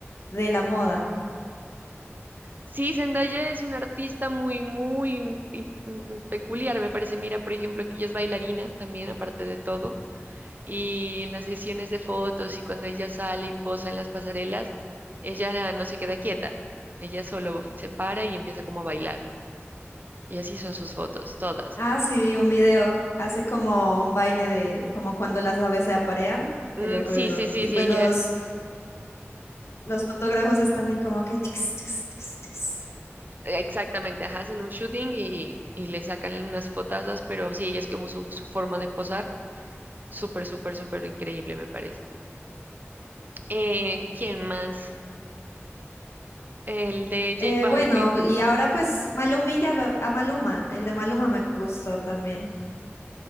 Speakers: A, on the left (about 70°); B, on the right (about 40°).
A: de la moda.
B: Sí, Zendaya es una artista muy, muy mm, mm, peculiar, me parece. Mira, por ejemplo, aquí ella es bailarina también, aparte de todo. y en las sesiones de fotos y cuando ella sale y posa en las pasarelas, ella no se queda quieta, ella solo se para y empieza como a bailar. Y así son sus fotos, todas.
A: Ah, sí, vi un video, hace como un baile de como cuando las aves se aparean, qué
B: Mm,
A: loco
B: sí,
A: eso.
B: sí, sí,
A: Y
B: sí,
A: pues
B: ella,
A: los, los fotógrafos están ahí como que... tx, tx, tx, tx.
B: exactamente, ajá, hacen un shooting y, y le sacan unas fotazas, pero sí, ella es como su, su forma de posar, súper, súper, súper increíble, me parece. Eh, ¿quién más? El de J
A: Eh,
B: Balvin.
A: bueno, y ahora pues Malumilla, lo- a Maluma, el de Maluma me gustó también,